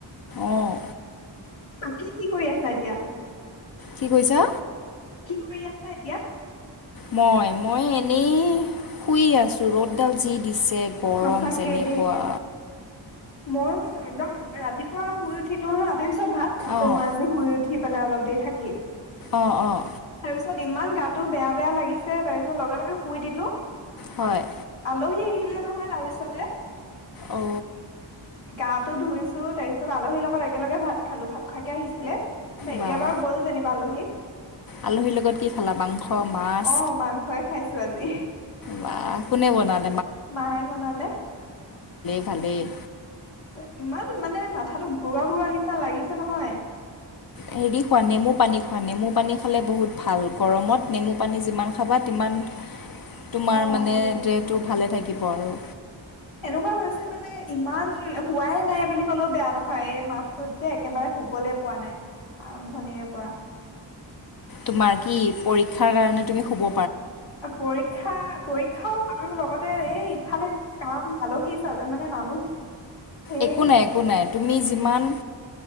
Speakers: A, on the left; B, on the left.
A: অঁ
B: তাকে কি কৰি আছা এতিয়া?
A: কি কৈছা?
B: কি কৰি আছা এতিয়া?
A: মই মই এনেই শুই আছো, ৰ'দডাল যি দিছে। গৰম
B: সঁচাকে
A: যেনেকুৱা।
B: দেই। ময়ো একদম ৰাতিপুৱা শুই উঠিলো হা। তাৰ পিছত ভাত খালো
A: অঁ
B: মই আজি শুই উঠি পেলাই অলপ। দে থাকিত।
A: অঁ অঁ
B: তাৰপিছত ইমান গাটো বেয়া বেয়া লাগিছে তাৰ পিছত লগে লগে। শুই দিলোঁ।
A: হয়
B: আলহী আহিলে। নহয় তাৰ পিছতে।
A: অ।
B: গাটো ধুইছো তাৰপিছত আলহীৰ লগত একেলগে ভাত খালো ভাত খোৱাকে আহিছিলে। এতিয়া
A: বাহ
B: বাৰু গ'ল যেনিবা আলহীত,
A: আলহীৰ লগত কি খালা মাংস মাছ
B: আহ মাংসই খাইছো আজি।
A: বা কোনে বনালে?
B: মায়ে বনালে।
A: এ
B: ত ইমান মানে মাথাতো ঘূৰোৱা ঘূৰোৱা নিচি। লাগিছে নহয়।
A: হেৰি খোৱা নেমু পানী খোৱা, নেমু পানী খালে বহুত ভাল গৰমত নেমু পানী যিমান খাবা তিমান। তোমাৰ
B: অ'
A: মানে
B: বুজিছো।
A: দেহটো ভালে থাকিব। থাকিব আৰু।
B: এনেকুৱা হৈছে, মানে ইমান হোৱাই নাই বুলি কলেও বেয়া নহয়। এই মাহটোত যে একেবাৰে শুবলে পোৱা নাই আৰম্ভণিৰে পৰা।
A: তোমাৰ কি পৰীক্ষাৰ কাৰণে তুমি হুব।
B: পৰীক্ষা পৰীক্ষা। খাওঁ আৰু লগতে এই ইফালে কাম আলহী মানে মানুহ সেইটো
A: একো নাই একো নাই তুমি যিমান